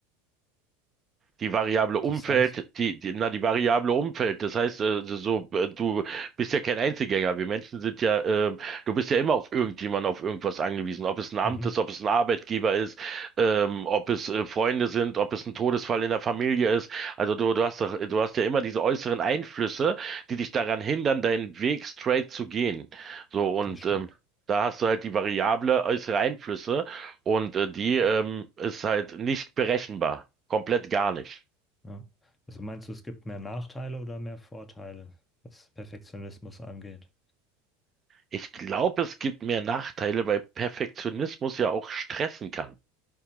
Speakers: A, on the right; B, on the left.
A: Die Variable Umfeld,
B: das heißt,
A: die, die, na, die Variable Umfeld, das heißt, äh, so, äh, du bist ja kein Einzelgänger. Wir Menschen sind ja, äh, du bist ja immer auf irgendjemanden, auf irgendwas angewiesen. Ob es ein Amt
B: mhm,
A: ist, ob es ein Arbeitgeber ist, ähm, ob es äh, Freunde sind, ob es ein Todesfall in der Familie ist. Also du, du hast doch, du hast ja immer diese äußeren Einflüsse, die dich daran hindern, deinen Weg straight zu gehen. So, und,
B: das stimmt.
A: ähm, Da hast du halt die Variable äußere Einflüsse und äh, die ähm, ist halt nicht berechenbar. Komplett gar nicht.
B: Ja. Also meinst du, es gibt mehr Nachteile oder mehr Vorteile, was Perfektionismus angeht?
A: Ich glaube, es gibt mehr Nachteile, weil Perfektionismus ja auch stressen kann.